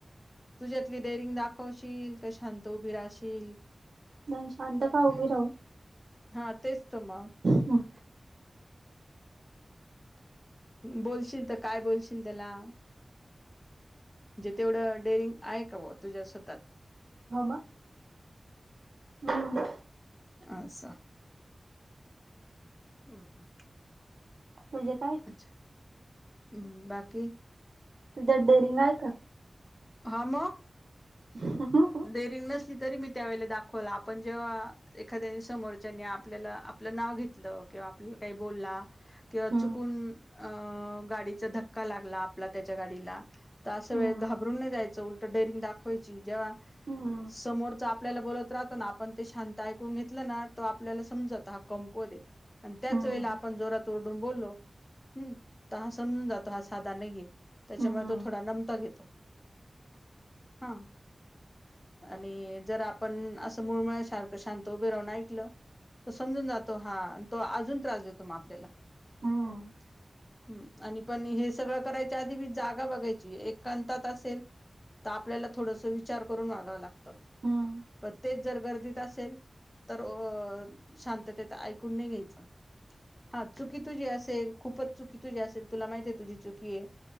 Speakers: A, on the left; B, on the right.
A: तुझ्यातली डेरिंग दाखवशील? का शांत उभी राशील?
B: नाही. शांत का उभी राहू?
A: हा तेच त म.
B: हम्म.
A: बोलशील त काय बोलशील त्याला? जे तेवढं डेअरिंग आहे का बा? तुझ्या स्वतात.
B: हो मग. हम्म.
A: अस. हम्म.
B: तूझात आहेत?
A: अच्छा हम्म बाकी
B: तुझ्यात डेरिंग आहे का?
A: हा मग.
B: <inaudible>
A: डेरिंग नसली तरी मी त्यावेळला दाखवल. आपण जेव्हा एखाद्या समोरच्यानी आपल्याला आपलं नाव घेतलं. किंवा आपल्याला काही बोलला. किंवा
B: हम्म.
A: चुकून अ गाडीचा धक्का लागला. आपला त्याच्या गाडीला. तर अशा वेळ
B: हम्म.
A: घाबरून नाही जायचं. उलटं डेअरिंग दाखवायची. जेव्हा
B: हम्म.
A: समोरच आपल्याला बोलत राहतो ना. आपण ते शांत ऐकून घेतलं ना. तो आपल्याला समजत. हा कमकुवते. आणि त्याच
B: हम्म.
A: वेळेला आपण जोरात ओरडून बोललो. हम्म तर हा समजून जातो हा साधा नाहीे. त्याच्यामुळे
B: हम्म.
A: तो थोडा नमता घेतो. हा. आणि जर आपण असं मुळमळ्यासारखं शांत उभे राहून ऐकलं तो समजून जातो हा आणि तो अजून त्रास देतो मग आपल्याला.
B: हम्म.
A: हम्म आणि पण हे सगळं करायच्या आधी मी जागा बघायची एक कांतात असेल. तर आपल्याला थोडस विचार करून वागाव लागत.
B: हा.
A: पण तेच जर गर्दीत असेल. तर अ शांततेत ऐकून नाही घ्यायचं. हा चुकी तुझी असेल खूपच चुकी तुझी असेल तुला माहती आहे तुझी चुकी आहे.